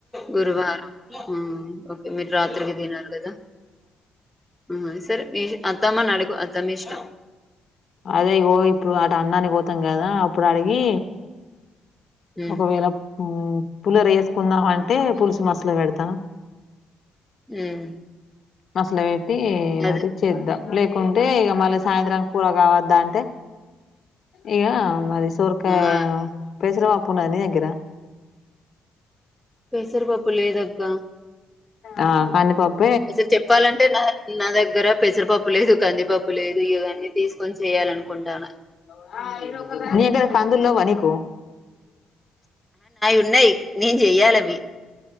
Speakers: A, in the centre; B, on the left.
A: గురువారం మ్మ్ ఓకే మీరు రాత్రికి దినరు గదా ఆ సరే మీది అత్తమ్మనడుగు అత్తమిష్టం
B: అదే ఇగో ఇప్పుడాడ అన్నానిక్ పో తంగదా అప్పుడడిగి
A: మ్మ్
B: ఒకవేళ పు పులిహోర యేసుకుందామంటే పులుసు మసలి బెడతా
A: మ్మ్
B: అస్లే టే మది
A: అదే
B: చేద్దా లేకుంటే ఇగ మళ్ళ సాయంత్రం కూర గావద్దంటే ఇగ మరి సొర్కాయ
A: ఆ
B: పెసర బప్పుందా నీ దగ్గిరా
A: పెసర బప్పు లేదక్క
B: ఆ కంది పప్పు
A: అసలు చెప్పాలంటే నా నా దగ్గర పెసరపప్ ప్ లేదు కంది పప్పు లేదు ఇవన్నీ తీసుకొని చెయ్యాలనుకుంటాన
B: <unintelligible> కందుల్లేవా నీకు
A: ఉన్నయ్ నేన్ జెయ్యాలవి